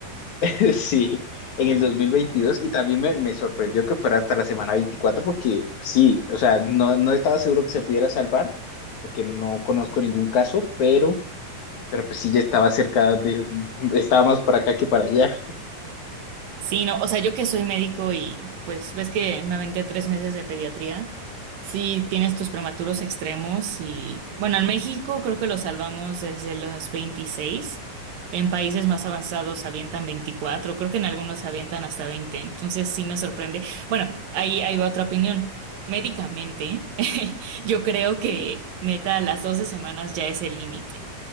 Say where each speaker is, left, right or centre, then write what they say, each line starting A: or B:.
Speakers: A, on the left; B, on the right.
A: <laughs> sí, en el 2022. y también me, me sorprendió que fuera hasta la semana 24, porque sí, o sea, no, no estaba seguro que se pudiera salvar porque no conozco ningún caso, pero, pero pues sí, ya estaba cerca de, estaba más para acá que para allá.
B: Sí, no, o sea, yo que soy médico y pues ves que me aventé tres meses de pediatría. Sí, tienes tus prematuros extremos y bueno, en México creo que los salvamos desde los 26. En países más avanzados avientan 24. creo que en algunos avientan hasta 20. entonces sí me sorprende. Bueno, ahí, ahí va otra opinión. Médicamente, <laughs> yo creo que neta, a las 12 semanas ya es el límite.